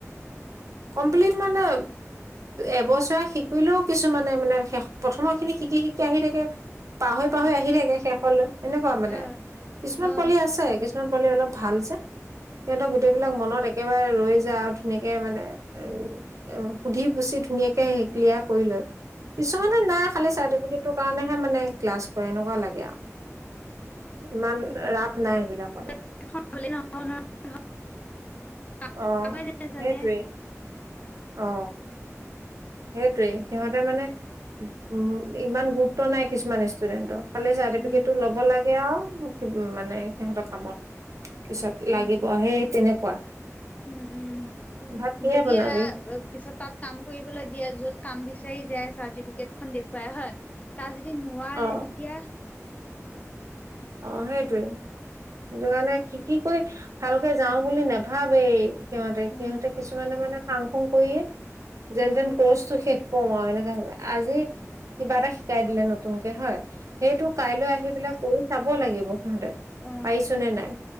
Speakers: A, on the right (about 70°); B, on the left (about 25°).
A: কমপ্লিট মানে, এবছৰ শিকিলেও কিছুমানে মানে প্ৰথমৰ খিনি শিকি-শিকি আহি থাকে, পাহৰি-পাহৰি
B: উম
A: আহি থাকে শেষলৈ এনেকুৱা মনে।
B: অ
A: কিছুমান
B: অ
A: পোৱালি আছে, কিছুমান পোৱালি অলপ ভাল যে সিহঁতক গোটেইবিলাক মনত একেবাৰে ৰৈ যায় আৰু ধুনীয়াকে মানে অ, সুধি পুচি ধুনীয়াকে ক্লিয়াৰ কৰি লয়। কিছুমানে নাই, খালী চাৰ্টিফিকেটৰ কাৰণেহে মানে ক্লাছ কৰে এনেকুৱা লাগে আৰু ইমান ৰাপ নাই এইবিলাকৰ।
B: <inaudible> কাগজে
A: অ,
B: নাজানে
A: সেইটোৱে, অ। সেইটোয়ে, সিহঁতে মানে, উম ইমান গুৰুত্ব নাই কিছুমান ষ্টুডেন্টৰ। খালি চাৰ্টিফিকেটটো
B: উম
A: ল'ব লাগে আৰু মানে সিহঁতৰ কামত। পিছত
B: উম,
A: লাগিব সেই তেনেকুৱা।
B: উম, উম
A: ভাত কিহে
B: যদি
A: বনাবি?
B: এইয়া পিছত তাত কাম কৰিবলৈ দিয়ে য'ত কাম বিচাৰ যায় চাৰটিপিকেট খন দেখুৱাই হয়। তাত যদি নোৱাৰে
A: অ',
B: তেতিয়া?
A: অঁ, সেইটোৱেই সেইটো কাৰণে শিকি কৰি ভালকে যাওঁ বুলি নেভাবেই। সিহঁতে,
B: উম,
A: সিহঁতে কিছুমানে মানে ফাং ফুং কৰিয়েই যেনতেন
B: উম,
A: কৰ্চটো শেষ কও আও এনেকা ভাবে, আজি কিবা এটা শিকাই দিলে নতুনকে হয়, সেইটো কাইলৈ আহি পেলাই কৰি চাব লাগিব। সিহঁতে
B: অ',
A: পাৰিছো নে নাই?